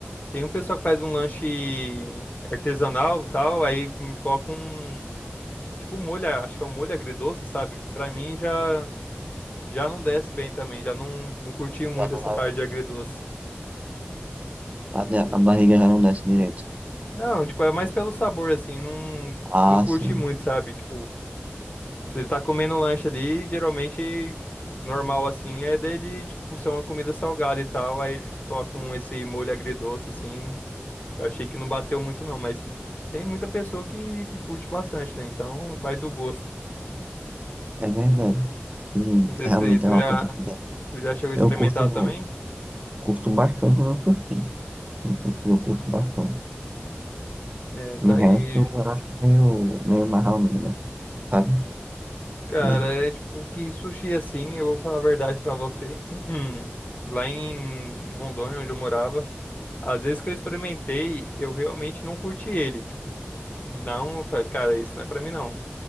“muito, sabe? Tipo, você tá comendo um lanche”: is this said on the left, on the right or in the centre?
Left